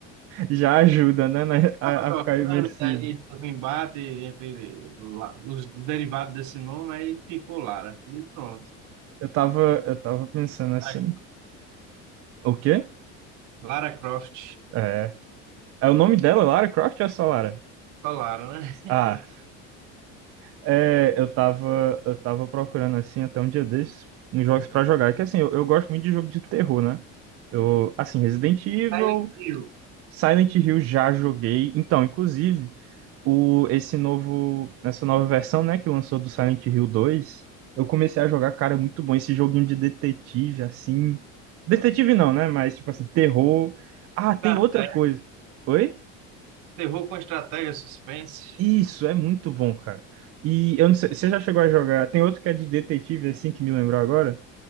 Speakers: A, on the right (about 45°); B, on the right (about 65°).
A: Já ajuda, né, na- a,
B: tava
A: a ficar
B: jogando,
A: imersivo.
B: daí teve um embate entre la- os derivados desse nome, aí ficou Lara. E pronto.
A: Eu tava, eu tava pensando assim,
B: Aí,
A: o quê?
B: Lara Croft.
A: É. É o nome dela, Lara Croft ou essa Lara?
B: Só Lara, né?
A: Ah, é, eu tava, eu tava procurando assim até um dia desses uns jogos pra jogar. É Que assim, eu, eu gosto muito de jogo de terror, né? Eu, assim, Resident Evil,
B: Silent Hill.
A: Silent Hill já joguei. Então, inclusive, o esse novo, essa nova versão, né, que lançou do Silent Hill 2, eu comecei a jogar, cara, é muito bom esse joguinho de detetive assim. Detetive não, né? Mas tipo assim, terror. Ah,
B: Estratégia,
A: tem outra coisa. Oi?
B: terror com estratégia, suspense.
A: Isso, é muito bom, cara. E eu não sei, você já chegou a jogar? Tem outro que é de detetive, assim, que me lembrou agora,